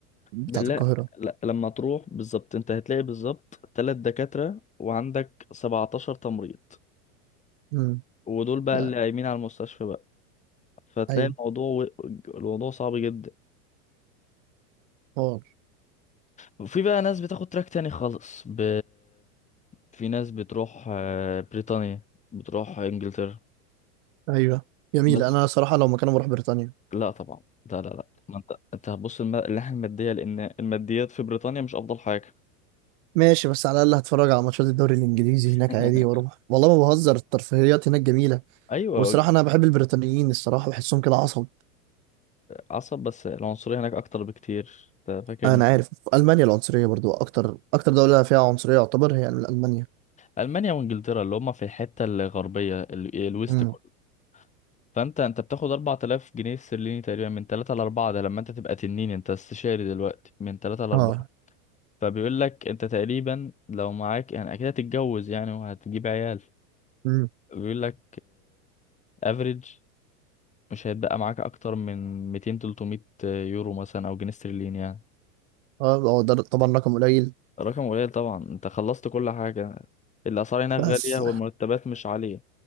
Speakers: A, on the right; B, on the left.
A: بتاعة
B: بالله
A: القاهرة
B: لا لما تروح بالظبط انت هتلاقي بالظبط تلات دكاترة وعندك 17 تمريض
A: امم
B: ودول بقى
A: ده
B: اللي قايمين على المستشفى بقى فتلاقي
A: ايوه
B: الموضوع و... الموضوع صعب جدا
A: حوار.
B: وفي بقى ناس بتاخد تراك تاني خالص ب... في ناس بتروح آه، بريطانيا بتروح انجلترا
A: ايوه جميل
B: بس
A: انا صراحة لو مكانه بروح بريطانيا
B: لا طبعا لا لا لا ما انت انت هتبص الم- الناحيه الماديه لان الماديات في بريطانيا مش افضل حاجه
A: ماشي بس على الاقل هتفرج على ماتشات الدوري الانجليزي هناك
B: <laughs>
A: عادي واروح والله ما بهزر الترفيهيات هناك جميله
B: ايوه
A: والصراحه انا بحب البريطانيين الصراحه بحسهم كده عصب
B: عصب بس العنصريه هناك اكتر بكتير انت فاكر
A: انا
B: الم...
A: عارف في المانيا العنصريه برضو اكتر اكتر دوله فيها عنصريه يعتبر هي المانيا
B: المانيا وانجلترا اللي هم في الحته الغربيه ال... إيه، الويست
A: امم
B: كله فانت انت بتاخد 4000 جنيه استرليني تقريبا من 3 ل 4 ده لما انت تبقى تنين انت استشاري دلوقتي من 3 ل 4
A: اه
B: فبيقول لك انت تقريبا لو معاك يعني اكيد هتتجوز يعني وهتجيب عيال
A: امم
B: بيقول لك افريج مش هيتبقى معاك اكتر من 200 300 يورو مثلا او جنيه استرليني يعني
A: اه هو ده طبعا رقم قليل
B: رقم قليل طبعا انت خلصت كل حاجه الاسعار هناك
A: بس
B: غاليه والمرتبات مش عاليه